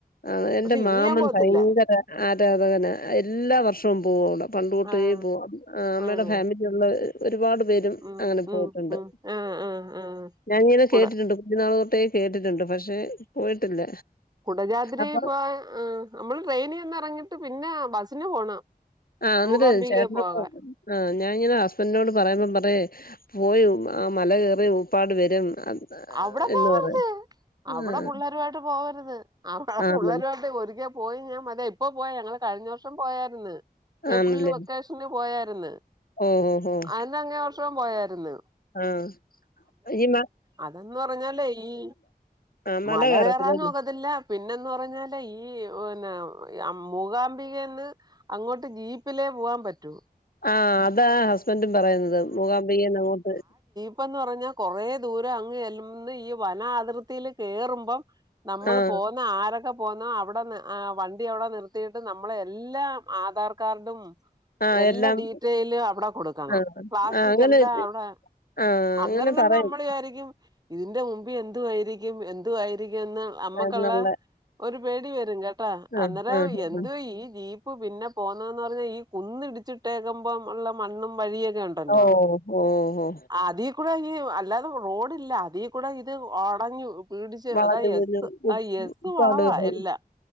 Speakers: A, on the left (about 65°); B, on the right (about 25°).
A: ആ എന്റെ
B: പക്ഷെ ഇനി
A: മാമൻ
B: ഞാൻ പോവത്തില്ല
A: ഭയങ്കര ആരാധകനാ എല്ലാ വർഷവും പോവും അവിടെ പണ്ട്തൊട്ടേ
B: ആഹ്
A: പോവാറുണ്ട് അമ്മയുടെ
B: ആഹ്
A: ഫാമിലി ള്ളത് ഒരുപാട് പേരും
B: ഉം
A: അങ്ങനെ
B: ഉം
A: പോയിട്ടുണ്ട്
B: ഉം ആഹ് ആഹ് ആഹ്
A: ഞാനിങ്ങനെ
B: കുട
A: കേട്ടിട്ടുണ്ട് കുഞ് നാള് തൊട്ടേ കേട്ടിട്ടുണ്ട് പക്ഷെ പോയിട്ടില്ല
B: കുടജാതിരി
A: അപ്പൊ
B: പോവാൻ നമ്മള് ട്രെയിനി നിന്ന് ഇറങ്ങിട്ട് പിന്നെ ബസിന് പോണം
A: ആഹ് എന്നിട്ട
B: മൂകാംബികെ
A: ചേട്ടനോട്‌
B: പോകാൻ
A: ആ ഞാൻങ്ങനെ ഹസ്ബൻറിനോട് പറയുമ്പം പറയും പോയി ആ മല കേറി ഉപ്പാട് വരും
B: അവിടെ പോവരുത്
A: എന്ന് പറയും
B: അവിടെ
A: ആഹ്
B: പിള്ളരുമായിട്ട് പോകരുത് അവിടെ പുള്ളരുമായിട്ട്
A: ആന്ന്
B: ഒരിക്കെ പോയി ഞാൻ മല ഇപ്പോ പോയ ഞാ കഴിഞ്ഞ വർഷം പോയായിരുന്നു ഏപ്രില്
A: ആണല്ലേ
B: വെക്കേഷൻ പോയായിരുന്ന്
A: ഓഹ് ഓഹ് ഓഹ്
B: അതിന്റെ അങ്ങേ വർഷവും പോയായിരുന്നു
A: ആഹ് ഈ നാട്ടി
B: അതന്ന് പറഞ്ഞാലേ ഈ
A: ആഹ്
B: മല
A: കയറത്തില്ലല്ലേ
B: കയറാനും കത്തില്ല പിന്നെന്ന് പറഞ്ഞാല് ഈ പിന്നെ മൂകാംബികേന്ന് അങ്ങോട്ട് ജീപ്പിലേ പോവാൻ പറ്റൂ
A: ആ അതാ ഹസ്ബൻറും പറയുന്നത് മൂകാംമ്പികേന്ന് അങ്ങോട്ട്
B: ഇപ്പൊന്ന് പറഞ്ഞാ കൊറേ ദൂരം അങ്ങ് ചെന്ന് ഈ വന അതിർത്തിൽ കേറുമ്പോൾ നമ്മള്
A: ആഹ്
B: പോ ആരൊക്കെ പോന്ന അവിടെ വണ്ടി അവിടെ നിർത്തിയിട്ട് നമ്മളെ എല്ലാ ആധാർ കാർഡും ഉമ്
A: ആഹ്
B: എല്ലാ
A: എല്ലാം
B: ഡീറ്റൈലും അവിടെ കൊടുക്കണം
A: ആഹ്
B: പ്ലാസ്റ്റിക്ക്
A: ആഹ് അങ്ങനെ
B: എല്ലാം അവിടെ
A: ആഹ്
B: അന്നേരം
A: അങ്ങനെ
B: തന്നെ
A: പറയും
B: നമ്മൾ വിചാ ഇതിന്റെ മുമ്പി എന്തുവാരിക്കും എന്തുവായിരിക്കുന്ന് അമ്മക്കൊള്ള
A: എന്നുള്ള
B: ഒരു പേടി വരും കേട്ടാ
A: ആഹ്
B: അന്നേരം
A: ആഹ്
B: എന്തുവാ
A: ആഹ്
B: ഈ ജീപി പിന്നെ പോന്നെന്ന് പറഞ്ഞാൽ ഈ കുന്നിടിച്ചിട്ടേക്കുമ്പോൾ ഒള്ള മണ്ണും വഴിയൊക്കെ സി ഒണ്ടല്ലോ
A: ഓഹ് ഓഹ് ഓഹ്
B: അതീ കൂടെ ഈ അല്ലാതെ റോഡില്ല അതിൽ കൂടെ ഇത് അടഞ്ഞു പിടിച്ച്
A: വളഞ്ഞ്
B: അതാ യെസ്സ്
A: തിരിഞ്ഞ്
B: ആ യെസ്സ്
A: ഉപ്പാട്
B: വളവാ
A: വരും
B: എല്ലാം